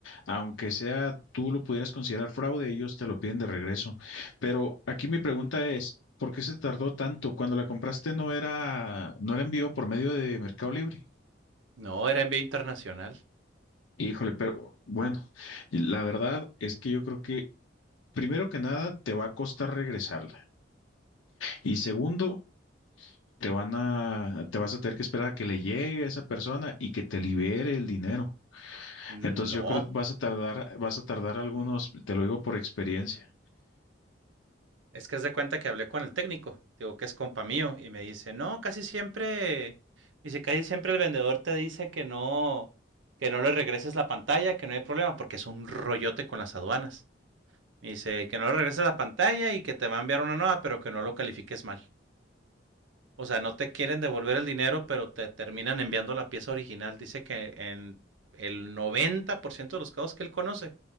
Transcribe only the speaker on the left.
Aunque sea tú lo pudieras considerar fraude, ellos te lo piden de regreso. Pero aquí mi pregunta es, ¿por qué se tardó tanto? Cuando la compraste no era, no era envío por medio de Mercado Libre.
Híjole, pero bueno, y la verdad es que yo creo que primero que nada te va a costar regresarla y segundo, te van a, te vas a tener que esperar a que le llegue a esa persona y que te libere el dinero.
Entonces yo creo que vas a tardar, vas a tardar algunos, te lo digo por experiencia,